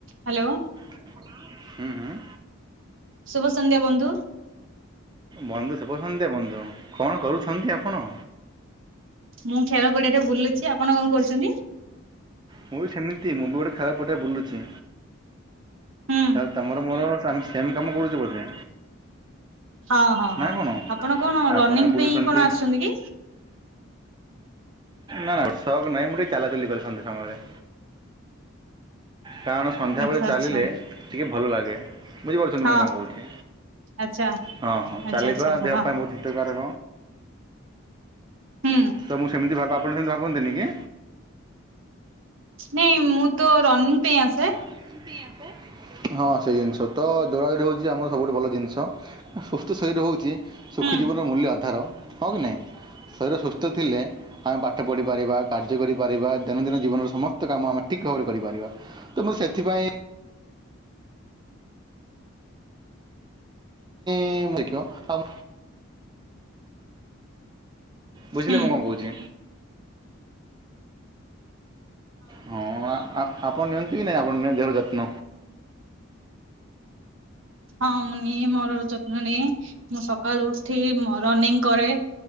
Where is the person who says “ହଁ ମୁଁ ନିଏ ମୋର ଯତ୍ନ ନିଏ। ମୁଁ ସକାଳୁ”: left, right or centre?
Right